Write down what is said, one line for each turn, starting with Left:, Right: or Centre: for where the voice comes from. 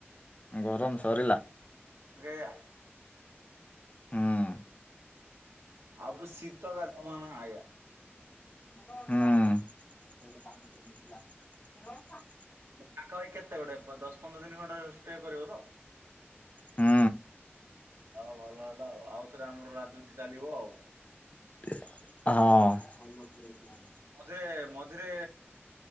Left: ଗରମ ସରିଲା-
Right: ଗା
Left: ହଁ
Right: ଆବ ଶୀତକାଲି- ନା ଆ-
Left: ହୁଁ
Right: ପାଖାପାଖି କେତେ ଗୋଡେ ଦଶ ପନ୍ଦର ତିନି ଘଣ୍ଟା ଷ୍ଟେ କରିବ ତ-
Left: ହୁଁ
Right: ହଁ ଭଲ ହେଲା ଆଉ ଆଉ ଥରେ ଆମର ରାଜନୀତି ଚାଲିବ ଆଉ-
Left: ହଁ-
Right: ମଝିରେ ମଝିରେ